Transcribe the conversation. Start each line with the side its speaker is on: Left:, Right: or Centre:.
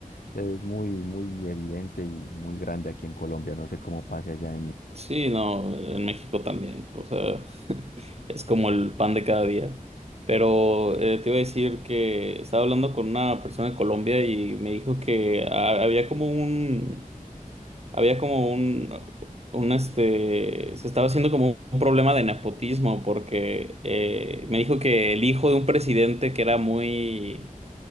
Left: es muy, muy evidente y muy grande aquí en Colombia. No sé cómo pase allá en...
Right: Sí, no, en México también, o sea, <laughs> es como el pan de cada día. Pero eh, te iba a decir que estaba hablando con una persona de Colombia y me dijo que ha- había como un, había como un, un este, se estaba haciendo como un problema de nepotismo porque eh, me dijo que el hijo de un presidente que era muy,